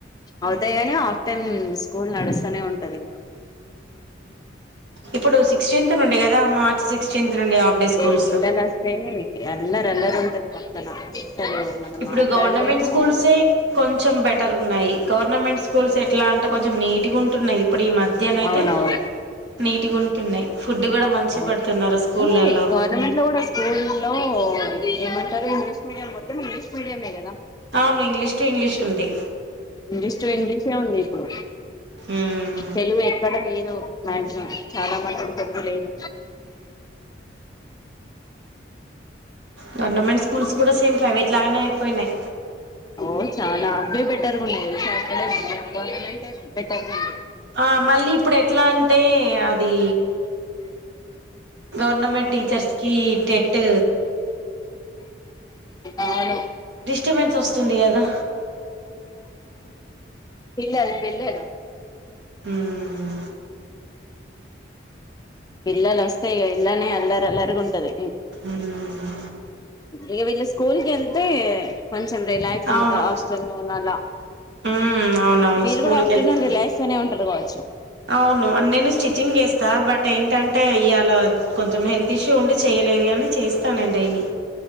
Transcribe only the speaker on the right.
ఇప్పుడు సిక్స్టీన్త్ నుండి కదా మార్చ్ సిక్స్టీన్త్ నుండి హాఫ్ డే స్కూల్స్
ఇప్పుడు
గవర్నమెంట్ స్కూల్సే కొంచెం బెటర్ ఉన్నాయి గవర్నమెంట్ స్కూల్స్ ఎట్లా అంటే కొంచెం నీట్గా ఉంటున్నాయి ఇప్పుడు ఈ మధ్యాన అయితే
నీట్గా ఉంటున్నాయి ఫుడ్ కూడా మంచిగా
పెడుతున్నారు స్కూళ్ళలో
అవును ఇంగ్లీష్ టు ఇంగ్లీష్ ఉంది
మ్మ్
గవర్నమెంట్ స్కూల్స్ కూడా సేమ్ ప్రైవేట్ లాగానే అయిపోయినాయి
ఆ మళ్ళీ ఇప్పుడు ఎట్లా అంటే అది గవర్నమెంట్ టీచర్స్కి టెట్
డిస్టబెన్స్ వస్తుంది కదా
మ్మ్
మ్మ్
అవును మ్మ్ అవునవును
స్కూల్కి
వెళ్తే
అవును నేను స్టిచ్చింగ్ చేస్తా బట్ ఏంటంటే ఇవాళ కొ కొంచెం హెల్త్ ఇష్యూ ఉండి చేయలేదు కానీ చేస్తాను నేను డైలీ